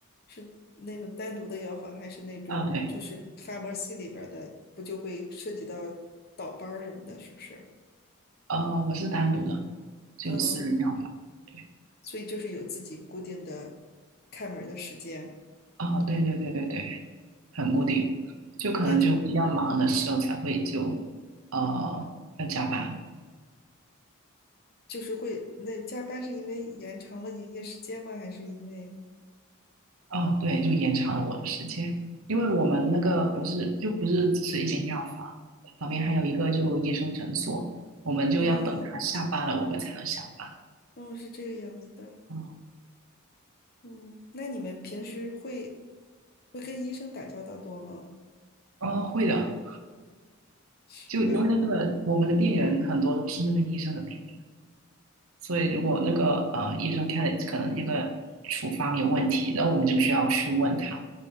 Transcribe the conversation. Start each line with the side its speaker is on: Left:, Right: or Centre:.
Left: 是那种单独的药房，还是那种就是
Right: 啊，对，
Left: pharmacy 里边儿的，不就会涉及到倒班儿什么的，是不是？
Right: 呃，我是单独的，就有私人药房。
Left: 嗯，
Right: 对，
Left: 所以就是有自己固定的开门儿的时间。
Right: 哦，对对对对对，很固定，
Left: 嗯，
Right: 就可能就比较忙的时候才会就呃要加班。
Left: 那就就是会，那加班是因为延长了营业时间吗？还是因为，
Right: 哦，对，就延长了我的时间，因为我们那个不是就不是只是一间药房，旁边还有一个就医生诊所，我们就要等他下班了，
Left: 嗯。嗯，
Right: 我们才能下班。
Left: 嗯是这个样子的。
Right: 嗯，
Left: 嗯，那你们平时会会跟医生打交道多吗？
Right: 哦，会的，
Left: 是吧？
Right: 就因为那个我们的病人很多都是那个医生的病人，所以如果那个呃医生开的可能那个处方有问题，然后我们就需要去问他，